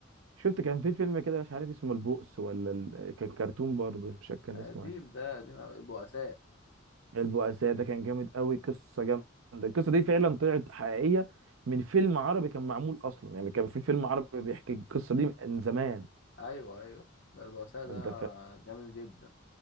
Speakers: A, on the right; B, on the left.
A: شفت كان في فيلم كده مش عارف اسمه البؤس ولا ال... كان كرتون برضه مش فاكر كان
B: ده
A: اسمه
B: قديم
A: إيه.
B: ده قديم أوي. البؤساء
A: البؤساء ده كان جامد قوي قصه جامده القصه دي فعلا طلعت حقيقيه من فيلم عربي كان معمول اصلا يعني كان في فيلم عربي بيحكي القصه دي من زمان
B: ايوه ايوه ده البؤساء ده
A: انت فاهم
B: جامد جدا